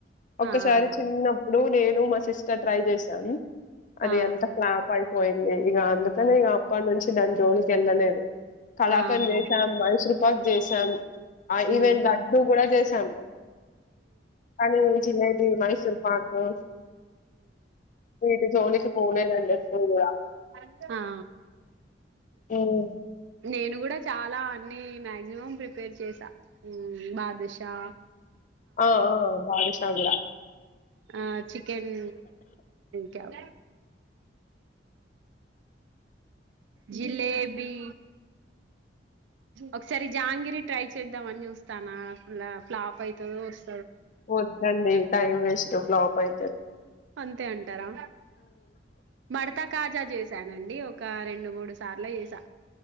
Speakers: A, on the left; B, on the right.
A: ఒకసారి
B: ఆహా
A: చిన్నప్పుడు నే నువ్వు మా సిస్టర్ ట్రై చేసాం అది
B: ఆ
A: ఎంత క్లాప్యిపోయింది ఈగా అందుకు అని ఈగ ఇప్పటి నుంచి దాని జోలికి వెళ్ళలేదు కలకంద్
B: ఆహా
A: చేసాం మైసూరు పక్ చేశాం ఆ
B: ఉమ్
A: ఈవెన్ లడ్డూ కూడా చేశాను కానీ జిలేబి మైసూర్ పాక్ అ వీటి జోలికి పోలేదండి నేర్చుకోవాలి గా
B: అ ఆ
A: ఉమ్,
B: నేను కూడా చాలా అన్నీ మాక్సిమం ప్రిపేర్ చేసా బాదుషా
A: ఆ ఆ బాదుషా గూడా
B: ఆ చికెన్ క్యావ్ జిలేబీ ఒకసారి జాంగరి ట్రై చేద్దామని చూస్తానా ఫ్లాప్ అవుతుదో వస్
A: వద్దండి టైమ్ వేస్ట్ స్ట్లాప్ అయితది
B: అంతే అంటారా మడత కాజా చేసానండి ఒక రెండు మూడు సార్ల చేసా